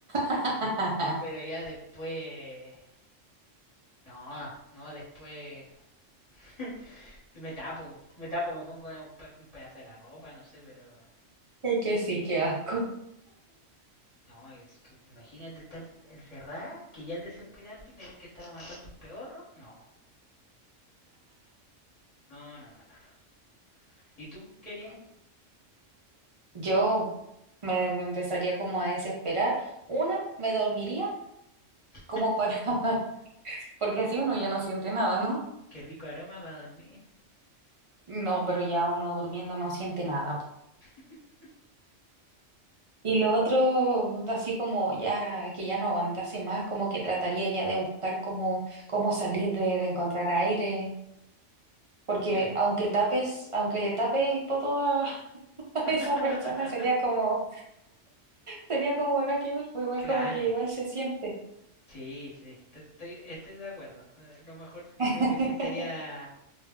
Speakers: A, on the right; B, on the left.
A: <laughs>
B: Pero ya después... No, no, después... <laughs> me tapo, me tapo, me pongo una- un pe- un pedazo de la ropa, no sé, pero...
A: Es que sí, qué asco.
B: No, es que imagínate estar encerrada, que ya es desesperante y tener que estar aguantando un peorro. No. No, no, no, no. no. ¿Y tú querías?
A: Yo me, me empezaría como a desesperar. Una, me dormiría
B: <laughs>
A: como para, <laughs> porque así uno ya no siente nada, ¿no?
B: Qué rico aroma para dormir.
A: No, pero ya uno durmiendo no siente nada. po.
B: <laughs>
A: Y lo otro, así como ya que ya no aguantase más, como que trataría ya de buscar cómo, cómo salir de, de encontrar aire, porque
B: Ya.
A: aunque tapes, aunque le tape el poto a, <laughs> a
B: <laughs>
A: esa persona, sería como, sería como no que ver, pues igual
B: Claro.
A: como que igual se siente.
B: Sí, sí. Estoy, estoy de acuerdo. Eh, Lo mejor yo
A: <laughs>
B: creo que sí sería